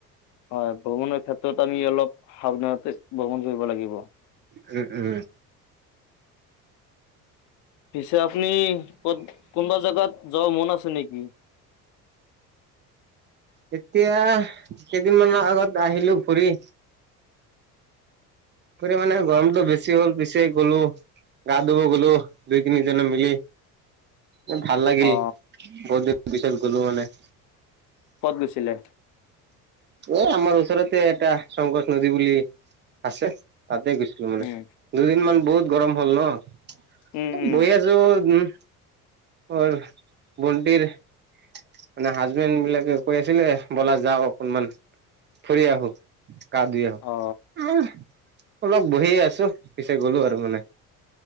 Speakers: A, on the left; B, on the right.
A: হয় ভ্ৰমণৰ ক্ষেত্ৰত আমি অলপ সাৱধানতে ভ্ৰমণ কৰিব লাগিব
B: উম উম
A: পিছে আপুনি ক'ত কোনবা জেগাত যোৱাৰ মন আছে নেকি
B: এতিয়া কেইদিনমানৰ আগত আহিলো ফুৰি ফুৰি মানে গৰমতটো বেছি হ'ল পিছে গলো গা ধুব গলো দুই তিনি জনে মিলি ভাল লাগিল
A: অ,
B: বহুত দিনৰ পিছত গ'লো মানে
A: কত গৈছিলে
B: এই আমাৰ ওচৰতে এটা শংকৰ নদী বুলি আছে তাতে গৈছিলো মানে
A: উম,
B: দুদিন মান বহুত গৰম হ'ল ন
A: উম, উম,
B: বহি আছো উম অ ভণ্টিৰ মানে হাজবেণ্ড বিলাকে কৈ আছিলে বলা যাও অকনমান ফুৰি আহো গা ধুই আহো
A: অ,
B: আহ অলপ বহিয় আছো পিছে গলো আৰু মানে